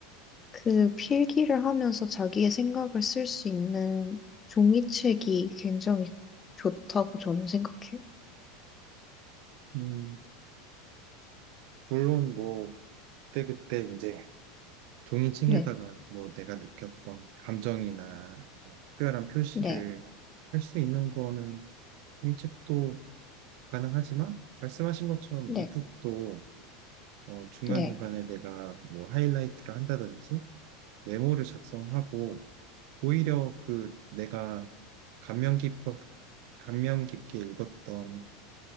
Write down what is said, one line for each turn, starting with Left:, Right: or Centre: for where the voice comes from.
Left: 그 필기를 하면서 자기의 생각을 쓸 수 있는 종이책이 굉장히 좋다고 저는 생각해요.
Right: 음, 물론 뭐 그때그때 이제 종이책에다가
Left: 네,
Right: 뭐 내가 느꼈던 감정이나 아니면 특별한 표시를
Left: 네,
Right: 할 수 있는 거는 종이책도 가능하지만 말씀하신 것처럼
Left: 네,
Right: 이북도 어, 중간중간에
Left: 네,
Right: 내가 뭐 하이라이트를 한다든지 메모를 작성하고 오히려 그 내가 감명 깊어, 감명 깊게 읽었던